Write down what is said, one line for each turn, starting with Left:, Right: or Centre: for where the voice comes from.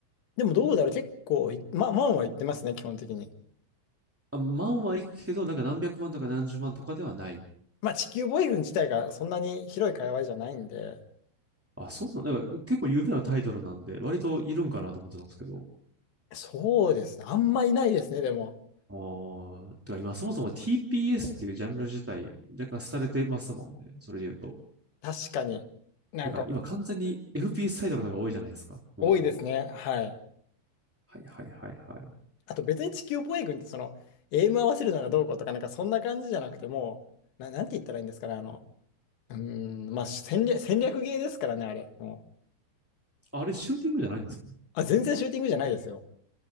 Left: でもどうだろう、結構い、まあ、まあまあ言ってますね、基本的に。
Centre: あ、万はいくけど、なんか何百万とか何十万とかではない。
Left: まあ、地球防衛軍自体がそんなに広い界隈じゃないんで、
Centre: あ、そうなんだ。から結構有名なタイトルなんで、割といるんかなと思ってたんですけど。
Left: そうですね。あんまいないですね、でも。
Centre: ああ、てか今そもそも TPS っていうジャンル自体若干廃れてますもんね。それで言うと。
Left: 確かに。なんか、
Centre: なんか今完全に FPS タイトルの方が多いじゃないですか。もう。
Left: 多いですね。はい。
Centre: はいはいはいはい。
Left: あと別に地球防衛軍ってその、エイム合わせるならどうこうとか、なんかそんな感じじゃなくてもう、な、なんて言ったらいいんですかね、あの、うーん、まあ戦略、戦略ゲーですからね、あれ。も
Centre: あれシューティングじゃないんですか
Left: う。あ、全然シューティングじゃないですよ。